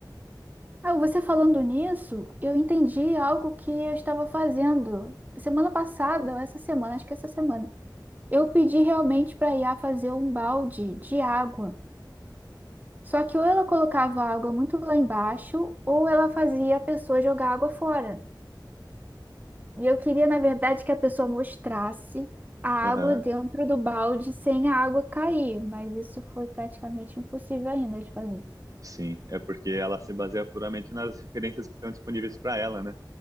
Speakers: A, on the right; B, on the right.
A: Ah, você falando nisso, eu entendi algo que eu estava fazendo semana passada, ou essa semana, acho que é essa semana. Eu pedi realmente para a IA fazer um balde de água. Só que ou ela colocava a água muito lá embaixo, ou ela fazia a pessoa jogar água fora. E eu queria, na verdade, que a pessoa mostrasse a água
B: Aham,
A: dentro do balde sem a água cair, mas isso foi praticamente impossível ainda de fazer.
B: Sim, é porque ela se baseia puramente nas referências que estão disponíveis para ela, né?